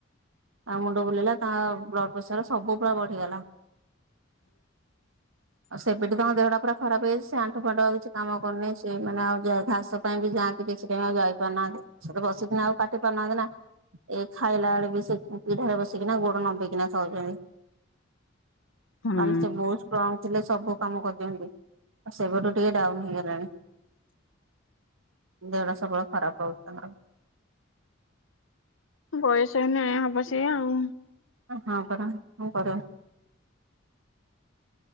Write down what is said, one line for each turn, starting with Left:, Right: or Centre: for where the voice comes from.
Right: ଆଉ ମୁଣ୍ଡ ବୁଲେଇଲା ତାଙ୍କ ବ୍ଲଡ ପ୍ରେସର ସବୁ ପୁରା ବଢିଗଲା।
Left: <inaudible>
Right: ଆଉ ସେବେଠୁ ତାଙ୍କ ଦେହଟା ପୁରା ଖରାପ ହେଇଛି, ସେ ଆଣ୍ଠୁ ଫାଣ୍ଠୁ ଆଉ କିଛି କାମ କରୁନି, ସେ ମାନେ ଆଉ ଘାସ ପାଇଁ ବି ଯା ସେ କିଛି କାଇଁ ଆଉ ଯାଇପାରୁନାହାନ୍ତି, ସେ ତ ବସ ସେ ପୁଣି ଆଉ କାଟି ପାରୁନାହାନ୍ତି ନା, ଏ ଖାଇଲା ବେଳୁ ବି ସେ ପିଢାରେ ବସିକିନା ଗୋଟ ଗୋଡ଼ ନମ୍ବେଇ କିନା ଖାଉଚନ୍ତି,
Left: ହୁଁ।
Right: ମାନେ ସେ ବହୁତ ଷ୍ଟ୍ରଙ୍ଗ ଥିଲେ ସବୁ କାମ କରିଦିଅନ୍ତି, ଆଉ ସେବେଠୁ ଟିକେ ଡାଉନ ହେଇଗଲାଣି। ଦେହଟା ସବୁବେଳେ ଖରାପ ରଉଛନ୍ତି।
Left: ବୟସଇ ନାଁ ହବ ସି ଆଉ।
Right: ହଁ କର ହଁ କର